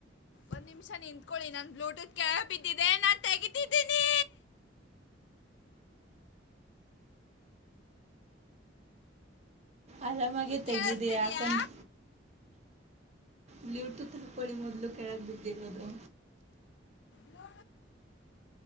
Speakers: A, on the left; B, on the right.
A: ಒಂದ್ ನಿಮಿಷ ನಿಂತ್ಕೊಳ್ಳಿ ನಾನು ಬ್ಲೂಟೂತ್ ಕೆಳ ಬಿದ್ದಿದೆ ನಾನು ತೆಗಿತಿದ್ದೀನಿ
B: ಆರಾಮಾಗಿೆ
A: ಈಗ
B: ತೆಗಿದ
A: ಕೇಳಿಸ್ತಿದ್ಯಾ
B: ಯಾಕಂದ ಬ್ಲೂಟೂತ್ ಹಾಕ್ಕೊಳ್ಳಿ ಮೊದ್ಲು ಕೆೇಳಕ್ ಬಿದ್ದಿರ ಅದು
A: ನೋ